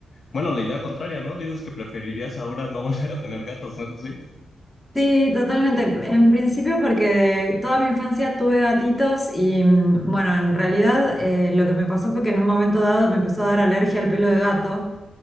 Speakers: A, on the left; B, on the left.
A: bueno, la idea contraria, ¿no? Dices que preferirías ahora no <laughs> volver a tener gatos, ¿no es así?
B: Sí, totalmente. En principio porque toda mi infancia tuve gatitos y mm, bueno, en realidad eh, lo que me pasó fue que en un momento dado me empezó a dar alergia al pelo de gato.